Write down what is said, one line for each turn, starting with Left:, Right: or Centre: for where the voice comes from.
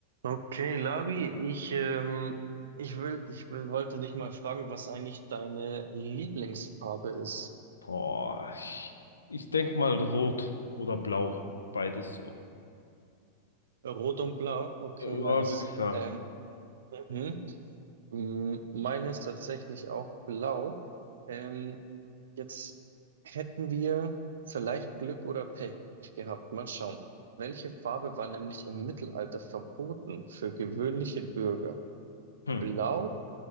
Right: Okay, Labi, ich, ähm, ich will, ich will, wollte dich mal fragen, was eigentlich deine Lieblingsfarbe ist.
Left: Boah, ich, ich denk mal rot oder blau. Beides so.
Right: Rot und Blau? Okay,
Left: Ja,
Right: nice.
Left: würde ich sagen.
Right: Ähm, mhm. Mm, Meine ist tatsächlich auch blau. Ähm, jetzt hätten wir vielleicht Glück oder Pech gehabt. Mal schauen. Welche Farbe war nämlich im Mittelalter verboten für gewöhnliche Bürger?
Left: Hm.
Right: Blau,